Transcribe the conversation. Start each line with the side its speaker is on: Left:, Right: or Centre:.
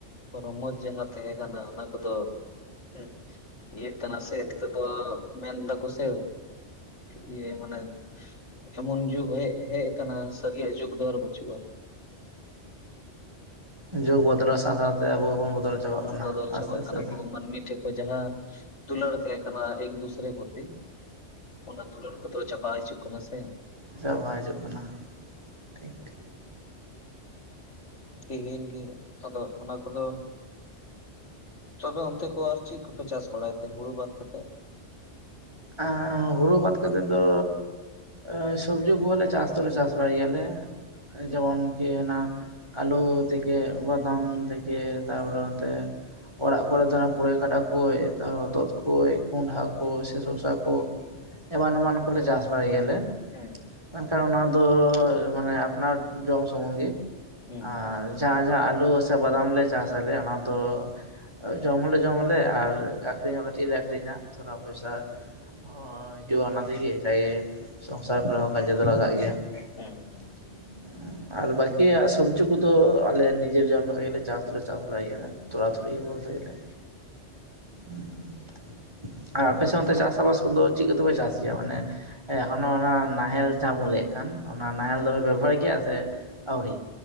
Left: ᱨᱚᱢᱚᱡ ᱡᱟᱦᱟᱸ ᱛᱟᱦᱮᱸ ᱠᱟᱱᱟ ᱚᱱᱟ ᱠᱚᱫᱚ ᱦᱮᱸ ᱤᱭᱟᱹᱜ ᱠᱟᱱᱟ ᱥᱮ ᱱᱤᱛᱚᱜ ᱫᱚ ᱢᱮᱱᱫᱟ ᱠᱚ ᱥᱮ ᱤᱭᱟᱹ ᱢᱟᱱᱮ <unintelligible> ᱮᱢᱚᱱ ᱡᱩᱜ ᱦᱮ ᱦᱮᱡ ᱟᱠᱟᱱᱟ ᱥᱟᱹᱨᱤᱭᱟᱜ ᱡᱩᱜᱽ ᱫᱚ ᱟᱨ ᱵᱟᱹᱪᱩᱜᱼᱟ
Right: ᱦᱩᱸ ᱡᱩᱜ ᱵᱚᱫᱚᱞᱚᱜ ᱥᱟᱣ ᱥᱟᱣᱛᱮ ᱟᱵᱚ ᱦᱚᱸᱵᱚᱱ ᱵᱚᱫᱚᱞ ᱪᱟᱵᱟᱜ ᱠᱟᱱᱟ
Left: ᱵᱚᱫᱚᱞ
Right: ᱟᱥᱛᱮ
Left: ᱪᱟᱵᱟᱜ
Right: ᱟᱥᱛᱮ
Left: ᱠᱟᱱᱟ
Right: ᱛᱮ
Left: ᱠᱚ ᱢᱟᱹᱱᱢᱤ ᱴᱷᱮᱱ ᱠᱷᱚᱱ ᱡᱟᱦᱟᱸ ᱫᱩᱞᱟᱹᱲ ᱛᱟᱦᱮᱸ ᱠᱟᱱᱟ ᱮᱠ ᱫᱩᱥᱨᱮ ᱯᱚᱨᱛᱤ ᱚᱱᱟ ᱫᱩᱞᱟᱹᱲ ᱠᱚᱫᱚ ᱪᱟᱵᱟ ᱦᱤᱡᱩᱜ ᱠᱟᱱᱟ ᱥᱮ
Right: ᱪᱟ ᱵᱟ ᱦᱤᱡᱩᱜ ᱠᱟᱱᱟ ᱴᱷᱤᱠ ᱴᱷᱤᱠ
Left: ᱛᱮᱦᱮᱧ ᱜᱮ ᱟᱫᱚ ᱚᱱᱟ ᱠᱚᱫᱚ, ᱛᱚᱵᱮ ᱚᱱᱛᱮ ᱠᱚ ᱟᱨ ᱪᱮᱫ ᱠᱚᱯᱮ ᱪᱟᱥ ᱵᱟᱲᱟᱭ ᱛᱮ ᱦᱩᱲᱩ ᱵᱟᱫ ᱠᱟᱛᱮᱫ?
Right: ᱦᱮᱸ ᱦᱮᱸ ᱦᱩᱲᱩ ᱵᱟᱫ ᱠᱟᱛᱮᱫ ᱫᱚ ᱮᱸ ᱥᱚᱵᱡᱤ ᱠᱚᱦᱚᱸᱞᱮ ᱪᱟᱥ ᱫᱚᱞᱮ ᱪᱟᱥ ᱵᱟᱲᱟᱭ ᱜᱮᱭᱟᱞᱮ
Left: ᱦᱮᱸ
Right: ᱡᱮᱢᱚᱱ <unintelligible> ᱟᱞᱩ ᱛᱷᱮᱠᱮ ᱵᱟᱫᱟᱢ ᱛᱷᱮᱠᱮ ᱛᱟᱯᱚᱨᱮ ᱚᱱᱛᱮ ᱚᱲᱟᱜ ᱠᱚᱨᱮ ᱫᱚ ᱯᱩᱨᱟᱹᱭ ᱠᱷᱟᱰᱟ ᱠᱚ ᱦᱚᱛᱚᱫ ᱠᱚ ᱠᱚᱸᱰᱷᱟ ᱠᱚ ᱥᱮ <unintelligible> ᱠᱚ ᱮᱢᱟᱱ ᱮᱢᱟᱱ ᱠᱚᱞᱮ ᱪᱟᱥ ᱵᱟᱲᱟᱭ ᱜᱮᱭᱟ ᱞᱮ
Left: ᱦᱩᱸ
Right: ᱢᱮᱱᱠᱷᱟᱱ ᱚᱱᱟ ᱫᱚ ᱢᱟᱱᱮ ᱟᱯᱱᱟᱨ ᱡᱚᱢ ᱥᱩᱢᱩᱝ ᱜᱮ
Left: ᱦᱮᱸ
Right: ᱟᱨ ᱡᱟᱦᱟᱸ ᱡᱟᱦᱟᱸ ᱟᱹᱞᱩ ᱥᱮ ᱵᱟᱫᱟᱢ ᱞᱮ ᱪᱟᱥ ᱟᱞᱮ ᱚᱱᱟ ᱫᱚ ᱡᱚᱢ ᱦᱚᱸᱞᱮ ᱡᱚᱢ ᱟᱞᱮ ᱟᱨ ᱟᱠᱷᱨᱤᱧ ᱦᱚᱸ ᱠᱟᱹᱴᱤᱡ ᱞᱮ ᱟᱠᱷᱨᱤᱧᱟ ᱛᱷᱚᱲᱟ ᱯᱚᱭᱥᱟ ᱦᱚᱸ ᱦᱤᱡᱩᱜᱼᱟ ᱚᱱᱟ ᱛᱮᱜᱮ ᱡᱟᱜᱮ ᱥᱚᱝᱥᱟᱨ ᱠᱚᱨᱮ ᱦᱚᱸ ᱠᱟᱡᱮ ᱫᱚ ᱞᱟᱜᱟᱜ ᱜᱮᱭᱟ
Left: ᱦᱮᱸ
Right: <inaudible> ᱟᱨ ᱵᱟᱠᱤᱭᱟᱜ ᱥᱚᱵᱽᱡᱤ ᱠᱚᱫᱚ ᱟᱞᱮ ᱱᱤᱡᱮᱨ ᱡᱚᱢ ᱞᱮᱜᱤᱜ ᱜᱮᱞᱮ ᱪᱟᱥ ᱫᱚᱞᱮ ᱪᱟᱥ ᱵᱟᱲᱟᱭ ᱜᱮᱭᱟ᱾ ᱛᱳᱲᱟᱛᱷᱩᱲᱤ ᱜᱮ ᱵᱚᱞᱛᱮ ᱜᱮᱞᱮ <inaudible> ᱟᱨ ᱟᱯᱮ ᱥᱮᱱ ᱚᱱᱛᱮ ᱪᱟᱥ ᱪᱟᱥᱵᱟᱥ ᱠᱚᱫᱚ ᱪᱮᱫ ᱠᱚᱛᱮᱯᱮ ᱪᱟᱥ ᱜᱮᱭᱟ ᱢᱟᱱᱮ ᱦᱮᱸ ᱚᱱ ᱚᱱᱟ ᱱᱟᱦᱮᱞ ᱡᱟᱦᱟᱸ ᱵᱚᱱ ᱞᱟᱹᱭᱮᱫ ᱠᱟᱱ ᱚᱱᱟ ᱱᱟᱦᱮᱞ ᱫᱚᱵᱮ ᱵᱮᱵᱚᱦᱟᱨ ᱜᱮᱭᱟ ᱥᱮ ᱟᱹᱣᱨᱤ